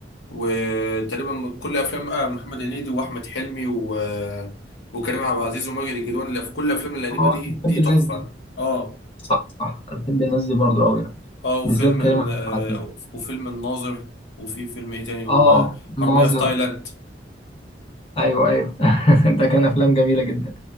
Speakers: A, on the left; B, on the left.
A: وتقريبا كل افلام آه، محمد هنيدي واحمد حلمي و... وكريم عبد العزيز وماجد الكدواني اللي في كل الافلام القديمه
B: اه
A: دي
B: أنا بحب
A: دي تحفه
B: الناس دي
A: اه
B: صح صح أنا بحب الناس دي برضو قوي يعني
A: اه وفيلم
B: بالذات
A: ال
B: كريم عبد
A: آه،
B: العزيز
A: وفيلم الناظر وفي فيلم ايه تاني وحرامية
B: اه ناظر
A: في تايلاند
B: ايوه ايوه <laughs> ده كان افلام جميله جدا